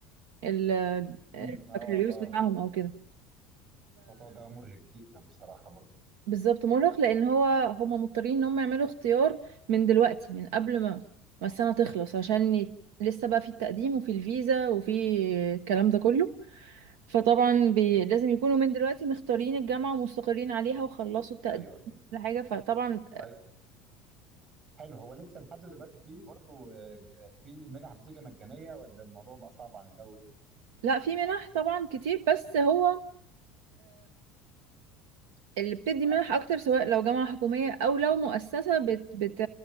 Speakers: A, on the right (about 80°); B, on the right (about 45°).
A: ال-
B: امم اه
A: البكالوريوس
B: اه
A: بتاعهم أو كده
B: الموضوع ده مرهق جدا بصراحه برضه
A: بالظبط مرهق لان هو هما مضطرين ان هم يعملوا اختيار من دلوقتي من قبل ما ما السنه تخلص عشان ي... لسه بقى في التقديم وفي الفيزا وفي الكلام ده كله فطبعا بي... لازم يكونوا من دلوقتي مختارين الجامعه ومستقرين عليها وخلصوا التقديم
B: ايوه ايوه
A: لحاجه فطبعا
B: طيب حلو هو لسه لحد دلوقتي فيه برضه آه، ج- آه، في منح بتيجي مجانيه ولا الموضوع بقى صعب عن الاول
A: لا في منح طبعا كتير بس هو اللي بتدي منح اكتر سواء لو جامعة حكومية او لو مؤسسة بت بت